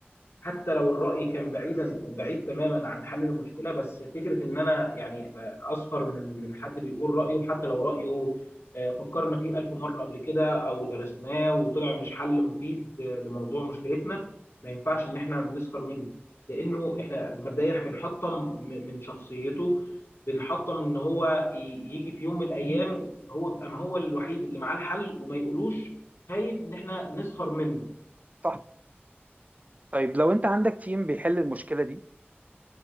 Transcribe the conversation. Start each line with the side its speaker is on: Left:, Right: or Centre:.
Left: حتى لو الرأي كان بعيدا بعيد تماما عن حل المشكلة بس فكرة ان انا يعني آه، اسخر من من حد بيقول رأيه حتى لو رأيه آه، فكرنا فيه ألف مرة قبل كده او درسناه وطلع مش حل مفيد آه، لموضوع مشكلتنا ما ينفعش ان احنا نسخر منه لانه احنا مبدئيا إحنا بنحطم م- من شخصيته بنحطم ان هو ي- يجي في يوم من الايام هو يبقى ما هو الوحيد اللي معاه الحل وما يقولوش خايف ان احنا نسخر منه
Right: صح طيب لو انت عندك تيم بيحل المشكلة دي